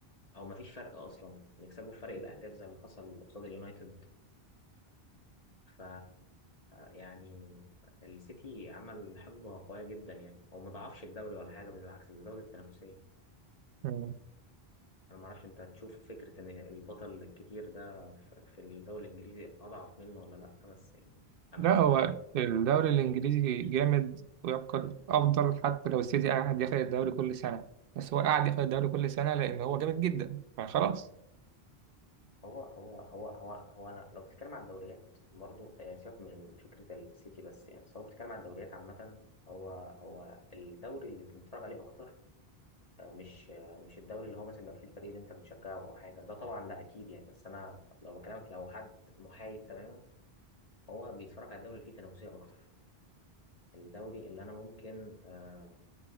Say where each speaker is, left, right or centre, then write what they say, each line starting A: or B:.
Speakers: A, on the left (about 40°); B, on the right (about 65°).
A: او ما فيش فرق اصلا نكسبه في فرق الاهداف زي ما حصل قصاد اليونايتد ف يعني السيتي عمل حقبة قوية جدا يعني هو ما ضعفش الدوري ولا حاجة بالعكس ده زود التنافسية
B: مم.
A: أنا ما أعرفش أنت تشوف فكرة إن البطل الكتير ده ف- في الدوري الإنجليزي أضعف منه ولا لأ بس يعني أنا
B: لا
A: مش
B: هو
A: معاك
B: الدوري الانجليزي جامد ويبقى افضل حتى لو السيتي قاعد ياخد الدوري كل سنه بس هو قاعد ياخد الدوري كل سنه لان هو جامد جدا فخلاص
A: هو هو هو هو هو انا لو بتتكلم عن الدوريات برضو آه، سيبك من فكره السيتي بس يعني سواء بتتكلم عن الدوريات عامه هو هو الدوري اللي بنتفرج عليه اكتر آه، مش آه، مش الدوري اللي هو مثلا بيبقى فيه الفريق اللي انت بتشجعه او حاجه ده طبعا لا اكيد يعني بس انا لو بكلمك لو حد محايد تماما هو بيتفرج على الدوري اللي فيه تنافسيه اكتر الدوري اللي انا ممكن آه،